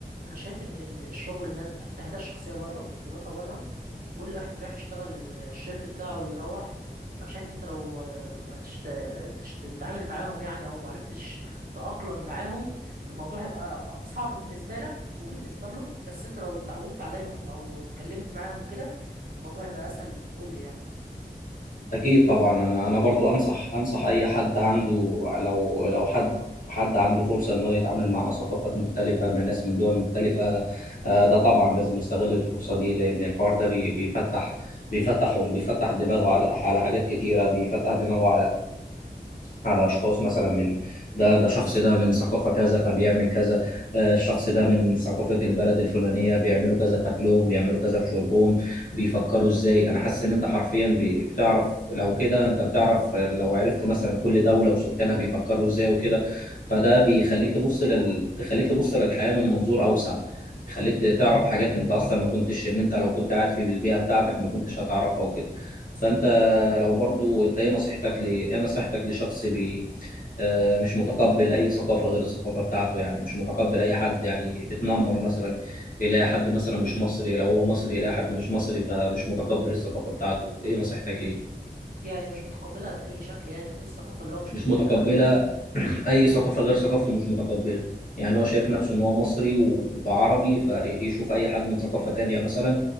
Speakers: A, on the right; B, on the left.
A: انا شايف ان ال- الشغل الناس بتحط حياتها الشخصيه بره وتفضيلاتها بره وكل واحد رايح يشتغل ال- الشيفت بتاعه ويروح فانا شايف ان انت لو لو معرفتش ت- تش- تتعامل معاهم يعني او معرفتش تتاقلم معاهم الموضوع هيبقى صعب بالنسبة لك وبالنسبة لهم بس انت لو اتعودت عليهم او اتكلمت معاهم وكده الموضوع هيبقى اسهل للكل يعني
B: اكيد طبعا انا انا برضو انصح انصح اي حد عنده لو لو حد حد عنده فرصه انه يتعامل مع ثقافات مختلفه من ناس من دول مختلفه آه، ده طبعا لازم يستغل الفرصه دي لان الحوار ده بي- بيفتح بيفتح بيفتح دماغه على على حاجات كتيره بيفتح دماغه على على أشخاص مثلا من ده ده شخص ده من ثقافة كذا فبيعمل كذا آه، الشخص ده من ثقافة البلد الفلانية بيعملوا كذا في أكلهم بيعملوا كذا في شربهم بيفكروا إزاي أنا حاسس إن أنت حرفيا بي- بتعرف لو كده أنت بتعرف لو عرفت مثلا كل دولة وسكانها بيفكروا إزاي وكده فده بيخليك تبص لل... تخليك تبص للحياة من منظور أوسع يخليك تعرف حاجات انت اصلا ما كنتش ان انت لو كنت قاعد في البيئه بتاعتك ما كنتش هتعرفها وكده فانت لو برضو انت ايه نصيحتك ل ايه نصيحتك لشخص بي آه، مش متقبل اي ثقافه غير الثقافه بتاعته يعني مش متقبل اي حد يعني بتنمر مثلا يلاقي حد مثلا مش مصري لو هو مصري يلاقي حد مش مصري فمش متقبل الثقافه بتاعته ايه نصيحتك ليه
A: يعني مش متقبلها بأي شكل يعني ايه الثقافة اللي هو مش
B: مش
A: متقبلها
B: متقبله
A: فيها
B: <clears throat> اي ثقافه غير ثقافته مش متقبله يعني هو شايف نفسه ان هو مصري و- وعربي فيشوف اي حد من ثقافه تانية مثلا